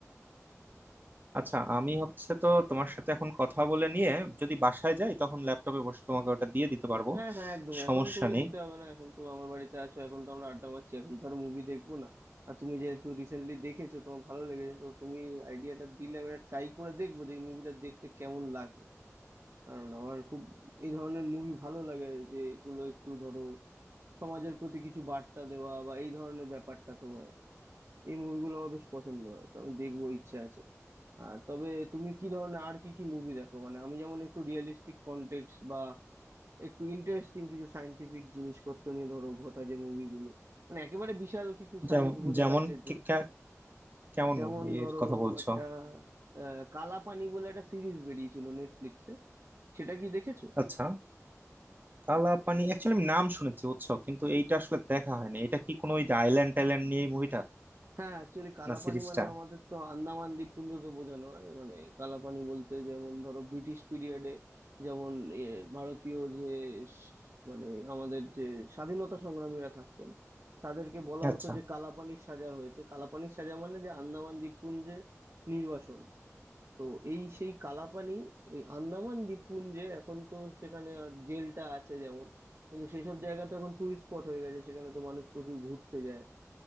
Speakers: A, on the right; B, on the right.
A: আচ্ছা আমি হচ্ছে তো তোমার সাথে এখন কথা বলে নিয়ে যদি বাসায় যাই তখন ল্যাপটপে বসে তোমাকে ওটা দিয়ে দিতে পারবো
B: হ্যাঁ হ্যাঁ একদম
A: সমস্যা
B: এখন তুমি
A: নেই
B: দিতে হবে না এখন তো আমার বাড়িতে আছো এখন তো আমরা আড্ডা মারছি এখন তো আর মুভি দেখবো না আর তুমি যেহেতু রিসেন্টলি দেখেছো তোমার ভালো লেগেছে তো তুমি আইডিয়াটা দিলে আমি এটা ট্রাই করে দেখবো যে এই মুভিটা দেখতে কেমন লাগে কারণ আমার খুব এই ধরনের মুভি ভালো লাগে যে এগুলো একটু ধরো সমাজের প্রতি কিছু বার্তা দেওয়া বা এই ধরনের ব্যাপারটা তোমার এই মুভিগুলো আমার বেশ পছন্দ হয় তো আমি দেখবো ইচ্ছে আছে আর তবে তুমি কি ধরনের আর কি কি মুভি দেখো মানে আমি যেমন একটু রিয়েলিস্টিক কন্টেক্সট বা একটু ইন্টারেস্টিং কিছু সায়েন্টিফিক জিনিসপত্র নিয়ে ধরো ঘটা যে মুভিগুলো মানে একেবারে বিশাল কিছু সায়েন্স
A: যেমন
B: বোঝার
A: যেমন
B: আছে যে-
A: কি- কে- কেমন
B: যেমন
A: মুভির
B: ধরো
A: কথা বলছো
B: একটা আহ কালাপানি বলে একটা সিরিজ বেরিয়েছিল নেটফ্লিক্সে সেটা কি দেখেছো
A: আচ্ছা কালাপানি অ্যাকচুয়ালি আমি নাম শুনেছি বুঝছো কিন্তু এইটা আসলে দেখা হয়নি এটা কি কোনো ওই আইল্যান্ড টাইল্যান্ড নিয়ে মুভিটা
B: হ্যাঁ অ্যাকচুয়ালি কালাপানি
A: না সিরিজটা
B: মানে আমাদের তো আন্দামান দ্বীপপুঞ্জকে বোঝানো হয় মানে কালাপানি বলতে যেমন ধরো ব্রিটিশ পিরিয়ডে যেমন ইয়ে, ভারতীয় যে স- মানে আমাদের যে স্বাধীনতা সংগ্রামীরা থাকতেন তাদেরকে বলা
A: আচ্ছা
B: হতো যে কালাপানির সাজা হয়েছে কালাপানির সাজা মানে যে আন্দামান দ্বীপপুঞ্জে নির্বাসন তো এই সেই কালাপানি ওই আন্দামান দ্বীপপুঞ্জে এখন তো সেখানে আর জেলটা আছে যেমন কিন্তু সেসব জায়গা তো এখন টুরিস্ট স্পট হয়ে গেছে সেখানে তো মানুষ প্রচুর ঘুরতে যায়